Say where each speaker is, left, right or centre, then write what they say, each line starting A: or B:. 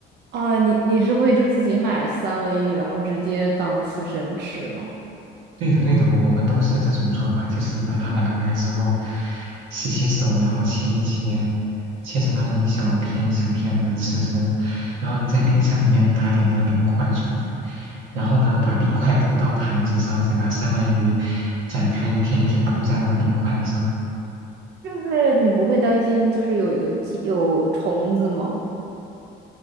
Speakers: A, on the right; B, on the right.
A: 啊，你你是会就自己买三文鱼，然后直接当刺身吃吗？
B: 对的，对的，我们都是这种做法，就是把它买回来之后，洗洗手，然后切一切，切成那种一小片一小片的吃吃，然后呢，在冰箱里面打点那个冰块出来，然后呢，把冰块铺到盘子上，再把三文鱼展开一片片铺在那个冰块上。
A: 就是你不会担心就是有有寄有虫子吗？